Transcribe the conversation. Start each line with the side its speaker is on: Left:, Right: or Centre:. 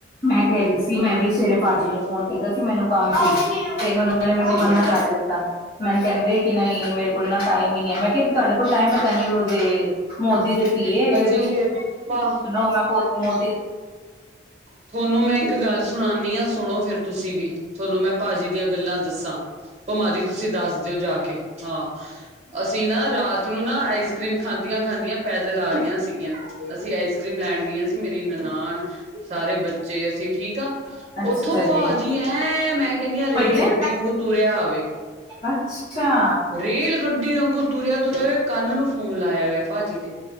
Left: ਮੈਂ ਕੈ ਰਈ ਸੀ ਮੈਂ ਵੀ ਸਵੇਰੇ ਭਾਜੀ
Right: ਹੂੰ
Left: ਨੂੰ ਫੋਨ ਕੀ ਵੈਸੇ ਮੈਨੂੰ ਕੰਮ ਸੀ ਤੇ ਓਨਾਂ ਨੇ ਮੈਨੂੰ
Right: ਠੀਕ
Left: ਮਨਾ
Right: ਆ
Left: ਕਰ ਦਿੱਤਾ। ਮੈਨੂੰ ਕੈਂਦੇ ਕੇ ਨਈਂ ਮੇਰੇ ਕੋਲ ਨਾ ਟਾਈਮ ਈ ਨਈਂ ਐ ਮੈਂ ਕਿਆ ਤੁਆਡੇ ਕੋਲ ਟਾਈਮ ਪਤਾ ਨੀ ਓਦੇ ਮੋਦੀ ਦੇ ਪੀਏ ਹੈਗੇ।
Right: ਕੀ ਏ ਪਾਂ
Left: ਮੰਮਾ ਕੋਲ ਮੋ
Right: ਥੋਨੂੰ ਮੈਂ ਇੱਕ ਗੱਲ ਸੁਨਾਨੀ ਆਂ ਸੁਨੋ ਫੇਰ ਤੁਸੀਂ ਵੀ ਥੋਨੂੰ ਮੈਂ ਭਾਜੀ ਦੀਆਂ ਗੱਲਾਂ ਦੱਸਾਂ, ਭਮਾਂ ਦੀ ਤੁਸੀਂ ਦੱਸ ਦਿਓ ਜਾ ਕੇ, ਹਾਂ। ਅਸੀਂ ਨਾ ਰਾਤ ਨੂੰ ਨਾ ਆਈਸ ਕਰੀਮ ਖਾਂਦੀਆਂ-ਖਾਂਦੀਆਂ ਪੈਦਲ ਆ ਰੀਆਂ ਸੀਗੀਆਂ, ਅਸੀਂ ਆਈਸ ਕਰ੍ਰੀਮ ਲੈਨ ਗਈਆਂ ਸੀ। ਮੇਰੀ ਨਨਾਨ ਸਾਰੇ ਬੱਚੇ ਅਸੀਂ ਠੀਕ ਆਂ,
Left: ਅੱਛਾ
Right: ਓਥੋਂ
Left: ਜੀ
Right: ਭਾਜੀ ਐਂ ਮੈਂ ਕੈਨੀ ਆਂ ਰੇਲ
Left: ਭੱਜੇ
Right: ਗੱਡੀ ਆਂਗੂ ਤੁਰਿਆ ਆਵੇ।
Left: ਅੱਛਾ।
Right: ਰੇਲ ਗੱਡੀ ਵਾਂਗੂ ਤੁਰਿਆ-ਤੁਰਿਆ ਆਵੇ ਕੰਨ ਨੂੰ ਫੋਨ ਲਾਇਆ ਵਾ ਭਾਜੀ ਦੇ।